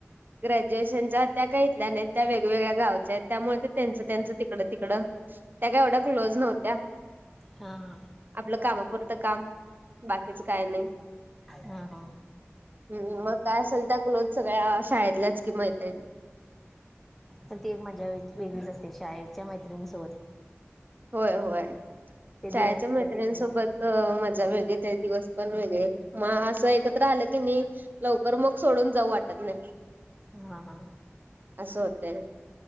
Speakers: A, on the right (about 40°); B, in the centre.
A: ग्रॅज्युएशनच्या त्या काही इथल्या नाहीत त्या वेगवेगळ्या गावच्या आहेत त्यामुळे ते त्यांचं त्यांचं तिकडं तिकडं त्या काय एवढ्या क्लोज नव्हत्या.
B: हा हा
A: आपलं कामापुरतं काम बाकीचं काय नाही.
B: हा हा
A: हम् मग काय असेल त्या क्लोथ सगळ्या शाळेतल्याच कि मैत्रीण.
B: पण ती एक मजा व वेगळीच असते शाळेच्या मैत्रिणीसोबत.
A: होय होय
B: ते
A: शाळेच्या
B: दिवस
A: मैत्रिंणीसोबत.
B: परत येत नाहीत
A: होय मजा वेगळी ते दिवस पण वेगळे मग असं एकत्र आलं की नी लवकर मग सोडून जाऊ वाटत नाही.
B: हा हा
A: असं होतय.